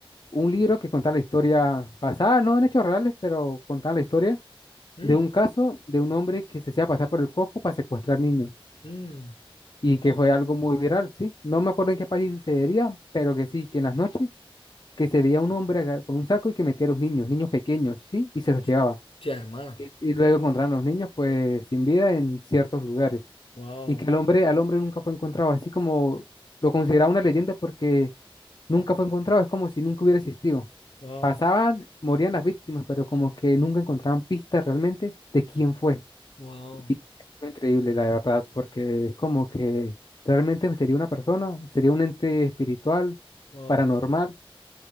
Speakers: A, on the left; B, on the left.
A: un libro que contaba la historia pasada, no en hechos reales, pero contaba la historia
B: mm,
A: de un caso de un hombre que se hacía pasar por el coco para secuestrar niños
B: mm,
A: y que
B: wow.
A: fue algo muy viral, ¿sí? No me acuerdo en qué país sucedería, pero que sí, que en las noches que se veía un hombre agar- con un saco y que metía a los niños, niños pequeños, ¿sí? Y se los
B: Hostia,
A: llevaba.
B: hermano.
A: Y, y luego encontraban los niños pues sin vida en ciertos lugares.
B: Wow,
A: y que el hombre, al hombre nunca fue encontrado, así como lo consideraba una leyenda porque nunca fue encontrado, es como si nunca hubiera existido.
B: wow,
A: Pasaban, morían las víctimas, pero como que nunca encontraban pistas realmente de quién fue.
B: Wow.
A: Y fue increíble, la verdad, porque es como que realmente sería una persona, sería un ente espiritual,
B: wow,
A: paranormal,